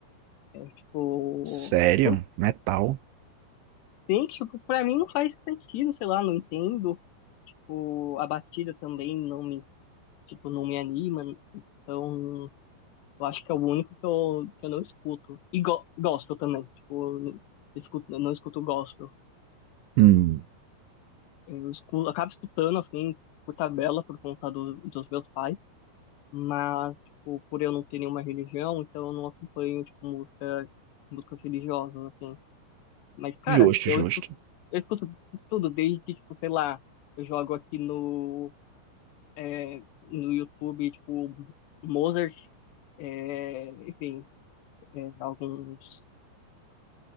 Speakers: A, on the left (about 75°); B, on the right (about 90°).
A: Tipo,
B: Sério?
A: por
B: Metal?
A: tem que, tipo, pra mim não faz sentido, sei lá, não entendo. Tipo, a batida também não me, tipo, não me anima. Então, eu acho que é o único que eu, que eu não escuto. E go gospel também. Tipo, eu escuto, eu não escuto gospel.
B: Hum,
A: Eu escu- acabo escutando, assim, por tabela, por conta do- dos meus pais, mas, tipo, por eu não ter nenhuma religião, então eu não acompanho, tipo, música, músicas religiosas, assim. Mas, cara,
B: justo,
A: eu
B: justo.
A: escuto, eu escuto de tudo, desde, tipo, sei lá, eu jogo aqui no, é, no YouTube, tipo, Mozart, é, enfim, é, alguns